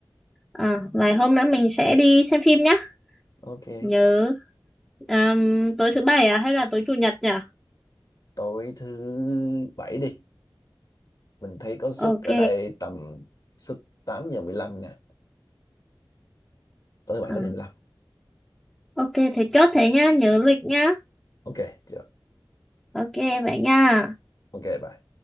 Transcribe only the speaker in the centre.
à, vài hôm nữa mình sẽ đi xem phim nhá
nhớ ừm, tối thứ bảy à hay là tối chủ nhật nhỉ
ok
Ờ,
ok thế chốt thế nhá nhớ lịch nhá
ok vậy nha